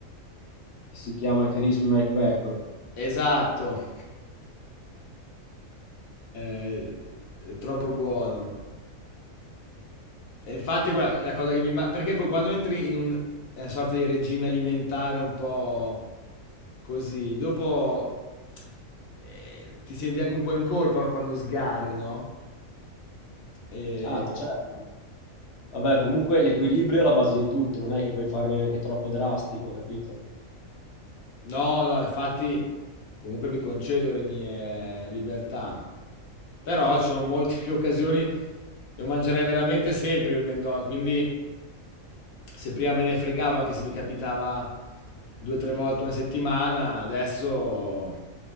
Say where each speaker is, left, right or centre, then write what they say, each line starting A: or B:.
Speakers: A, on the left; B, on the left.
A: che si chiama Crispy McBacon.
B: Esatto. <laughs> Eh, è troppo buono. E infatti, guarda, la cosa che mi... imma- Perché poi quando entri in un- una sorta di regime alimentare un po' così, dopo eh, ti senti anche un po' in colpa quando sgarri, no? E...
A: Ah, no, certo. Vabbè, comunque l'equilibrio è la base di tutto, non è che puoi fare neanche troppo drastico, capito?
B: No, no, infatti comunque mi concedo le mie libertà. Però ci sono molte più occasioni, lo mangerei veramente sempre io il McDonald's, quindi se prima me ne fregavo anche se mi capitava due o tre volte una settimana, adesso...